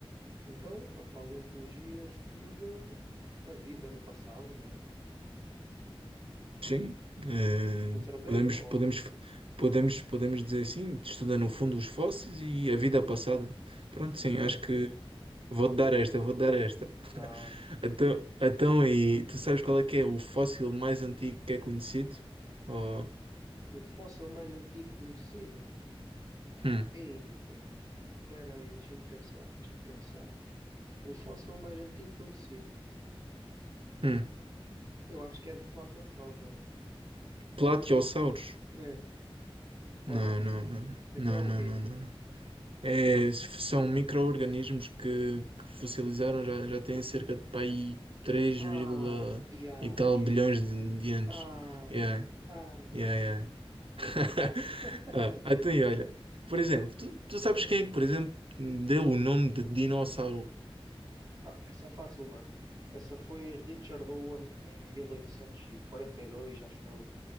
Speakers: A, on the right; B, on the right.
A: Então, a paleontologia estuda a vida no passado, né?
B: Sim, eh,
A: Acertei?
B: podemos,
A: Oh,
B: podemos,
A: olha,
B: podemos, podemos dizer sim, estuda no fundo os fósseis e a vida passada. Pronto,
A: exato.
B: sim, acho que Vou-te dar esta, vou-te dar esta.
A: Ah,
B: Então, então, e tu sabes qual é que é o fóssil mais antigo que é conhecido? Oh,
A: o fóssil mais antigo conhecido?
B: hum,
A: Ei, pô, espera aí, deixa-me pensar, deixa-me pensar. O fóssil mais antigo conhecido?
B: hum.
A: Eu acho que é de Plateossauros, ou não?
B: Platiossauros?
A: É,
B: Não,
A: Ou não?
B: não, não,
A: Então
B: não,
A: é o
B: não,
A: quê?
B: não, não, não. É, são micro-organismos que, que fossilizaram já, já têm cerca de pá, aí três
A: Ah,
B: vírgula
A: diacho.
B: e tal bilhões de, de anos.
A: Ah,
B: Yeah,
A: ah.
B: yeah, yeah. <laughs>
A: <laughs>
B: Ah, então, e olha, por exemplo, tu, tu sabes quem é que, por exemplo, deu o nome de dinossauro
A: Ah, essa é fácil, mano. Essa foi Richard Owen em 1842, acho eu.